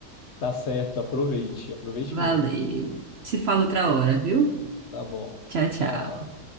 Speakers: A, on the left (about 60°); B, on the right (about 65°).
A: Tá certo, aproveite,
B: <laughs>
A: aproveite
B: Valeu.
A: mesmo.
B: Se fala outra hora, viu?
A: Tá bom.
B: Tchau, tchau.
A: Tchau.